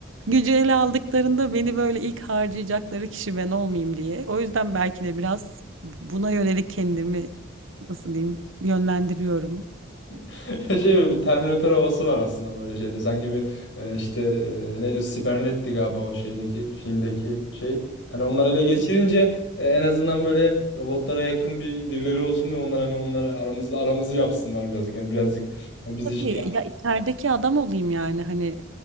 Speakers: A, on the right (about 85°); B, on the left (about 70°).
A: gücü ele aldıklarında beni böyle ilk harcayacakları kişi ben olmayayım diye. O yüzden belki de biraz buna yönelik kendimi nasıl diyeyim yönlendiriyorum.
B: <laughs> Şey böyle bir Terminator havası var aslında böyle şeyde. Sanki bir e, işte e, neydi? o? Sibernetti galiba o şeydeki filmdeki şey. Hani onları ele geçirince e, en azından böyle robotlara yakın bir birileri olsun ve onlar hani onları aramızda aramızı yapsınlar birazcık. Hani birazcık bizi
A: Tabii
B: şey
A: ya içerideki adam olayım yani hani